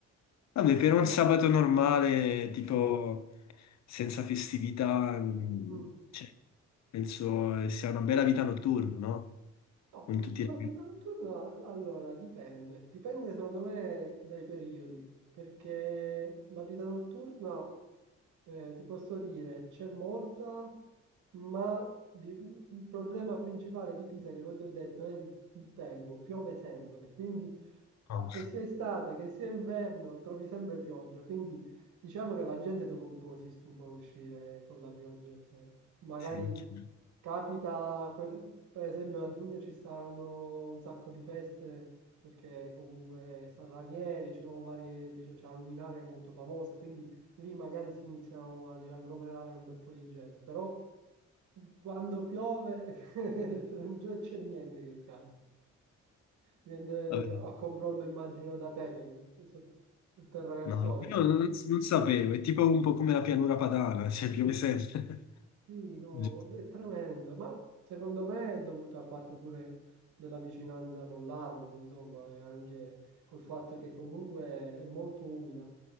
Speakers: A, on the left; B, on the right.
A: Vabbè, per un sabato normale, tipo senza festività, mm,
B: Mm.
A: cioè, penso eh, sia una bella vita notturna, no?
B: No,
A: Con tutti
B: sulla
A: i ragazzi.
B: vita notturna, allora, dipende. Dipende secondo me dai periodi, perché la vita notturna, eh, ti posso dire, c'è molta, ma di- il problema principale di Pisa, che l'ho già detto, è il, il tempo, piove sempre. Quindi,
A: No,
B: che sia estate, che sia inverno, trovi sempre pioggia. Quindi diciamo che la gente dopo un po' si stufa a uscire con la pioggia, cioè, magari
A: sì, chiaro.
B: Capita, quel- per esempio a giugno ci saranno un sacco di feste perché comunque San Ranieri, ci sono varie, dicevo, c'è la Luminare che è molto famosa, quindi lì magari si iniziano ad agglomerare un bel po' di gente, però quando piove <laughs> non c'è niente che scambi, niente
A: Vabbè,
B: a confronto immagino da te che se- il terra del
A: no,
B: sole,
A: però
B: insomma.
A: non, non sapevo, è tipo un po' come la pianura padana, <laughs> cioè piove sempre.
B: Sì, no,
A: <laughs>
B: è tremendo, ma secondo me è dovuto al fatto pure della vicinanza con l'Arno, insomma, e anche col fatto che comunque è molto umida,